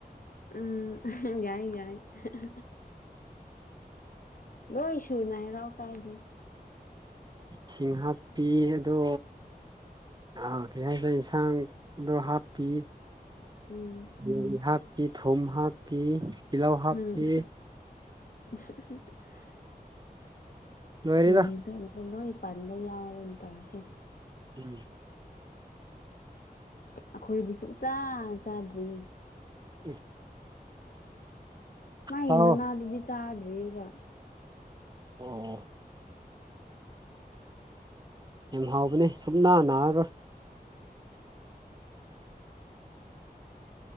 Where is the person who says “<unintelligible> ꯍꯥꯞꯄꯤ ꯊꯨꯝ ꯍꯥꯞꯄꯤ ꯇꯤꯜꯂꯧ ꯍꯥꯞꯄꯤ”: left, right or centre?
Right